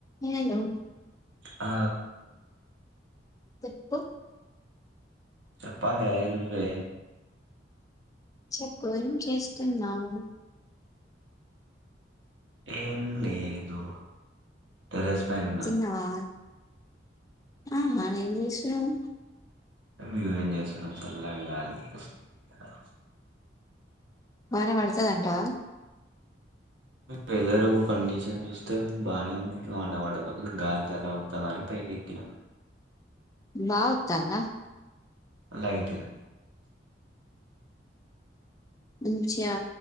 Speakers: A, on the left; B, on the right.
A: Hello
B: ఆ
A: చెప్పు
B: చప్పాలే నువ్వే
A: చెప్పు ఏం చేస్తున్నావు
B: ఏం లేదు టెర్రస్ పైన ఉన్నా
A: తిన్నవా ఆహా ఏం జేషినవ్
B: నువ్వేం చేస్తున్న చల్ల గాలి వస్తుంది కదా
A: వాన పడతాడంటావా
B: వెదరు కండిషన్ చూస్తే బాగానే వాన పడ గాలి ఎలా వస్తాని పైకి ఎక్కిన
A: బావుతానా
B: అ లైట్ గా
A: మంచి ఆ